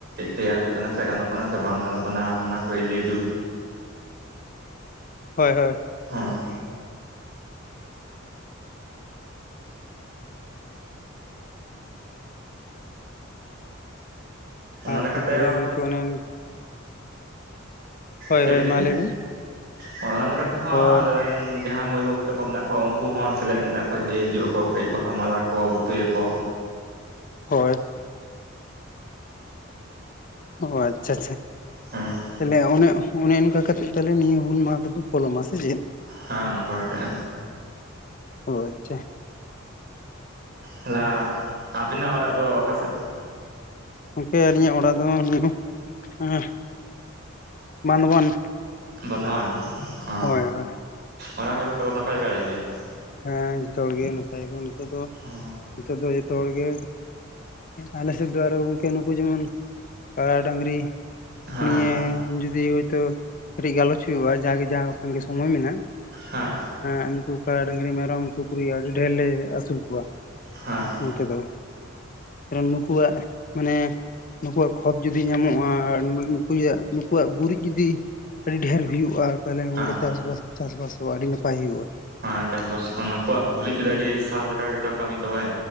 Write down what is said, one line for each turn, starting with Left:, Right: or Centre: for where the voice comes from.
Right: ᱛᱮᱭᱟᱨ ᱦᱩᱭᱩᱜ ᱠᱟᱱᱟ ᱥᱮ ᱜᱟᱱᱚᱜ ᱠᱟᱱᱟ ᱥᱮ ᱵᱟᱝ ᱜᱟᱱᱚᱜ ᱠᱟᱱᱟ ᱚᱱᱟ ᱠᱚᱭ ᱞᱟᱹᱭ ᱡᱩᱛ
Left: ᱦᱳᱭ ᱦᱳᱭ
Right: ᱦᱚᱸ ᱚᱱᱟ
Left: ᱟᱪᱪᱷᱟ
Right: ᱞᱮᱠᱟᱛᱮ
Left: ᱛᱟᱦᱚᱞᱮ ᱜᱚᱝᱠᱮ ᱚᱱᱮ ᱦᱳᱭ
Right: ᱪᱮᱫ
Left: ᱦᱳᱭ
Right: ᱵᱤᱱ ᱞᱟᱹᱭᱮᱫᱟ
Left: ᱢᱟ ᱞᱟᱹᱭ ᱵᱮᱱ
Right: ᱦᱚᱭ ᱚᱱᱟ ᱛᱮᱦᱚᱸ
Left: ᱚ
Right: ᱟᱞᱮᱨᱮᱱ ᱡᱟᱦᱟᱸᱭ ᱢᱟᱹᱭ ᱵᱟᱹᱵᱩ ᱛᱟᱠᱚ ᱢᱮᱱᱟᱜ ᱠᱚᱣᱟ ᱩᱱᱠᱩ ᱦᱚᱸ ᱥᱮᱞᱮᱫ ᱢᱮᱱᱟᱜ ᱠᱚᱣᱟ ᱡᱮ ᱦᱤᱡᱩᱜ ᱟᱠᱚ ᱠᱟᱹᱡ ᱵᱟᱦᱟ ᱢᱟᱞᱟ ᱠᱚ ᱜᱩᱛᱩᱭᱟ ᱠᱚ
Left: ᱦᱚᱭ ᱚ ᱟᱪᱪᱷᱟ ᱟᱪᱪᱷᱟ
Right: ᱦᱮᱸ
Left: ᱛᱟᱦᱚᱞᱮ ᱚᱱᱮ ᱚᱱᱮ ᱚᱱᱠᱟ ᱠᱟᱛᱮᱫ ᱛᱟᱦᱞᱮ ᱱᱤᱭᱟᱹ ᱦᱩᱞ ᱢᱟᱦᱟ ᱫᱚᱯᱮ ᱯᱚᱞᱚᱢᱟ ᱥᱮ ᱪᱮᱫ
Right: ᱦᱟᱸ ᱱᱚᱝᱠᱟ ᱠᱟᱛᱮᱜ
Left: ᱚ ᱟᱪᱷᱟ
Right: ᱦᱮᱞᱟ ᱟᱵᱤᱱᱟᱜ ᱚᱲᱟᱜ ᱫᱚ ᱚᱠᱟ ᱥᱮᱫ
Left: ᱜᱚᱝᱠᱮ ᱟᱹᱞᱤᱧᱟᱜ ᱚᱲᱟᱜ ᱫᱚ ᱱᱤᱭᱟᱹ ᱟᱸ ᱵᱟᱸᱫᱷᱣᱟᱱ
Right: ᱵᱟᱫᱷᱣᱟᱱ ᱚ
Left: ᱦᱳᱭ ᱦᱳᱭ
Right: ᱚᱱᱟᱲ ᱦᱚᱲ ᱫᱚᱯᱮ ᱱᱟᱯᱟᱭ ᱵᱟᱲᱟ ᱜᱮᱭᱟ ᱛᱚ
Left: ᱦᱮᱸ ᱡᱚᱛᱚ ᱦᱚᱲᱜᱮ ᱱᱟᱯᱟᱭᱜᱚ ᱱᱤᱛᱚᱜ ᱫᱚ
Right: ᱚ
Left: ᱱᱤᱛᱚᱜ ᱫᱚ ᱡᱚᱛᱚ ᱦᱚᱲᱜᱮ ᱟᱞᱮ ᱥᱮᱫ ᱫᱚ ᱟᱨᱚ ᱜᱚᱝᱠᱮ ᱱᱩᱠᱩ ᱡᱮᱢᱚᱱ ᱠᱟᱲᱟ ᱰᱟᱝᱨᱤ
Right: ᱦᱮᱸ
Left: ᱱᱤᱭᱟᱹ ᱡᱩᱫᱤ ᱦᱳᱭᱛᱚ ᱠᱟᱹᱴᱤᱡ ᱜᱟᱞᱚᱪ ᱦᱩᱭᱩᱜᱼᱟ ᱡᱟᱜᱮ ᱡᱟᱦᱟᱸ ᱥᱟᱜᱮ ᱥᱚᱢᱚᱭ ᱢᱮᱱᱟᱜᱼᱟ
Right: ᱦᱮᱸ
Left: ᱟᱸ ᱱᱩᱠᱩ ᱠᱟ ᱰᱟᱹᱝᱨᱤ ᱢᱮᱨᱚᱢ ᱥᱩᱠᱨᱤ ᱟᱹᱰᱤ ᱰᱷᱮᱨ ᱞᱮ ᱟᱹᱥᱩᱞ ᱠᱚᱣᱟ
Right: ᱦᱟᱸ
Left: ᱱᱚᱱᱛᱮ ᱫᱚ ᱵᱚᱨᱚᱢ ᱱᱩᱠᱩᱣᱟᱜ ᱢᱟᱱᱮ ᱱᱩᱠᱩᱣᱟᱜ ᱠᱷᱚᱛ ᱡᱩᱫᱤ ᱧᱟᱢᱚᱜᱼᱟ ᱟᱨ ᱱᱩᱠᱩᱭᱟᱜ ᱱᱩᱠᱩᱣᱟᱜ ᱜᱩᱨᱤᱡ ᱡᱩᱫᱤ ᱟᱹᱰᱤ ᱰᱷᱮᱨ ᱦᱩᱭᱩᱜᱼᱟ ᱛᱟᱦᱚᱞᱮ ᱜᱚᱝᱠᱮ
Right: ᱦᱮᱸ
Left: ᱪᱟᱥᱵᱟᱥ ᱪᱟᱥᱵᱟᱥ ᱫᱚᱸ ᱟᱹᱰᱤ ᱱᱟᱯᱟᱭ ᱦᱩᱭᱩᱜᱼᱟ
Right: ᱦᱟᱭ ᱪᱟᱥ ᱵᱟᱥ ᱚᱱᱟ ᱩᱱᱠᱩᱣᱟᱜ ᱜᱩᱨᱤᱡ ᱠᱮᱫᱟ ᱟᱹᱰᱤ ᱥᱟᱞ ᱞᱮᱠᱟ ᱜᱮᱛᱚ ᱠᱟᱹᱢᱤ ᱛᱚᱵᱮ